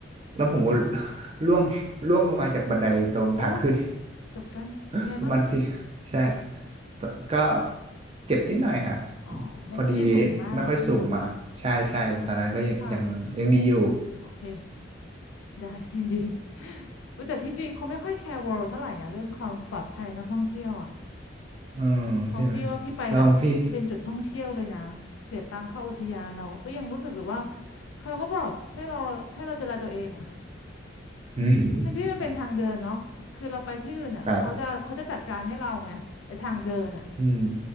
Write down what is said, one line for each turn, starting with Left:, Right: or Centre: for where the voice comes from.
Right: แล้วผมก็ <laughs> ร่วงล่วงลงมาจากบันไดตรงทางขึ้น
Left: โอ้ จบกันเป็นไงบ้างมั่ง
Right: <laughs> ประมาณสิ ใช่แต่ก็เจ็บนิดหน่อยฮะอืมพอดี
Left: อ๋อไม่ไม่ได้สูงมากใช่ไหม
Right: ไม่ค่อยสูงมากใช่ใช่ตอนนั้นก็ยังยังยังดีอยู่
Left: อ๋อค่ะโอเค ได้ <laughs> ดีอุ๊ยแต่ที่จริงเขาไม่ค่อยแคร์ World เท่าไหร่นะเรื่องความปลอดภัยนักท่องเที่ยวอ่ะ
Right: <laughs> อืมใช่ไหม
Left: เพราะพี่ว่าพี่ไปหลายที่ที่เป็นจุดท่องเที่ยวเลยนะ
Right: แล้วของพี่
Left: เสียตังค์เข้าอุทยานเราก็ยังรู้สึกเลยว่าเขาก็บอกให้เราให้เราดูแลตัวเองอ่ะ
Right: อืม
Left: <laughs> ทั้งที่มันเป็นทางเดินเนาะคือเราไปที่อื่นอ่ะเขาจะเขาจะจัดการให้เราไงไอ้ทางเดินอ่ะ
Right: ครับอืม